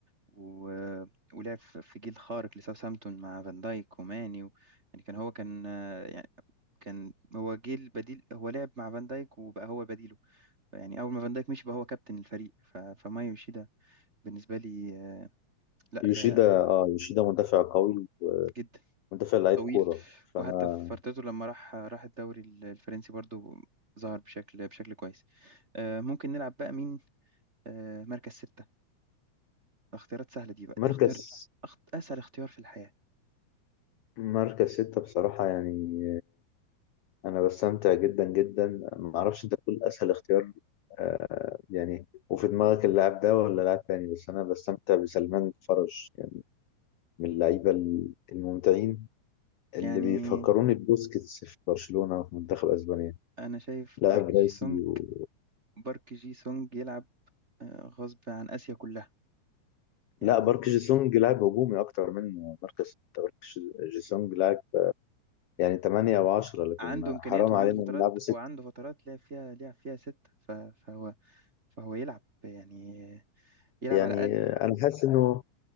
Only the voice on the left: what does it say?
يوشيدا
اه يوشيدا مدافع قوي
مدافع لعيب
كورة فانا
مركز
مركز ستة بصراحة يعني أنا بستمتع جدا جدا معرفش أنت بتقول أسهل اختيار آه، يعني وفي دماغك اللاعب ده ولا لاعب تاني بس أنا بستمتع بسلمان فرج يعني من اللعيبة الممتعين اللي
بيفكروني ببوسكيتس في برشلونة في منتخب أسبانيا
لاعب
راسي
و...
لا بارك جيسونج لاعب هجومي أكتر منه مركز ستة بارك جيسونج لاعب يعني تمانية أو عشرة لكن
حرام
علينا
نلعبه ستة
يعني
أنا حاسس إنه